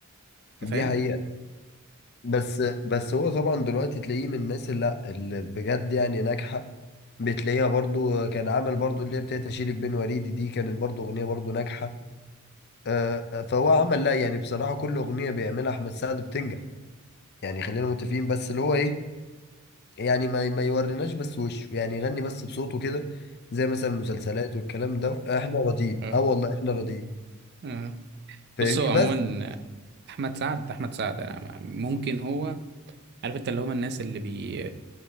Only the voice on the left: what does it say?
دي
حقيقة بس بس هو طبعا دلوقتي تلاقيه من الناس اللي لا اللي بجد يعني ناجحة بتلاقيها برضو كان عمل برضو اللي هي بتاعت اشيلك بين وريدي دي كانت برضو اغنية برضو ناجحة آه، آه، فهو عمل لا يعني بصراحة كل أغنية بيعملها أحمد سعد بتنجح يعني خلينا متفقين بس اللي هو إيه يعني ما ما يوريناش بس وشه يعني يغني بس بصوته كده زي مثلا المسلسلات والكلام ده آه، إحنا راضيين
أه والله إحنا راضيين
فاهمني
بس